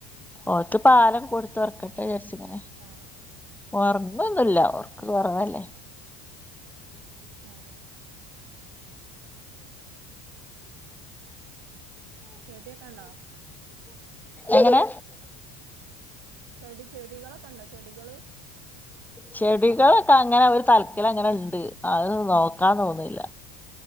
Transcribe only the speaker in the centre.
ഓത്ത്പാലം കൊടുത്തൊറക്ക് ജസ്റ്റിങ്ങനെ
ഒറങ്ങുവൊന്നുവല്ല
ഒറക്ക് കൊറവല്ലേ.
എങ്ങനെ
ചെടികളൊക്കെയങ്ങനെ ഒരു തലക്കലങ്ങനെയൊണ്ട് അതു നോക്കാൻ തോന്നില്ല.